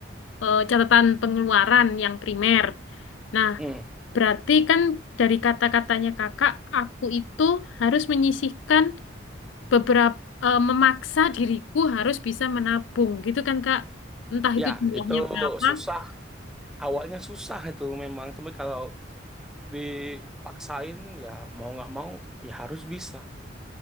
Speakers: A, on the left; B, in the centre.
A: eh, catatan pengeluaran yang primer. Nah,
B: Hmm.
A: berarti kan dari kata-katanya kakak, aku itu harus menyisihkan beberapa eh, memaksa diriku harus bisa menabung, gitu kan kak? Entah itu
B: Ya,
A: jumlahnya
B: itu
A: berapa.
B: susah. Awalnya susah itu memang. Tapi kalau dipaksain, ya mau nggak mau, ya harus bisa.